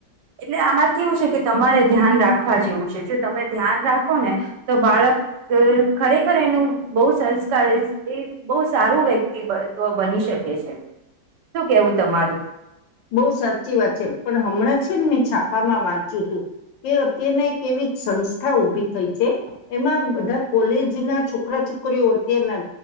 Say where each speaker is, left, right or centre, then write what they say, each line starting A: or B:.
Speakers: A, on the right (about 70°); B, on the left (about 80°).
A: એટલે આમાં કેવું છે કે તમારે ધ્યાન રાખવા જેવું છે જો તમે ધ્યાન રાખો ને તો બાળક ખરેખર એનું બહ સંસ્કાર એ બહુ સારું વ્યક્તિ બની શકે છે શું કેવું તમારું
B: બહુ સાચી વાત છે પણ હમણાં છે ને મેં છાપામાં વાંચ્યું હતું કે અત્યના એક એવી સંસ્થા ઉભી થઈ છે એમાં બધા કોલેજ ના છોકરા છોકરીઓ અત્યારના